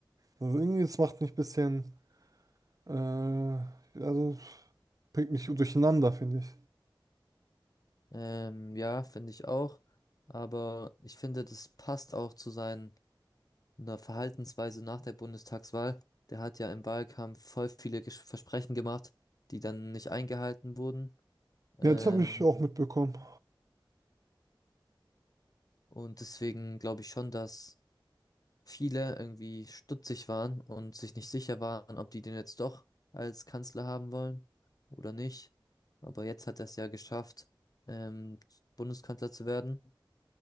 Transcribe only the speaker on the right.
Also irgendwie, das macht mich ein bisschen, äh, also bringt mich durcheinander, finde ich.
Ja, das habe ich Mhm. auch mitbekommen.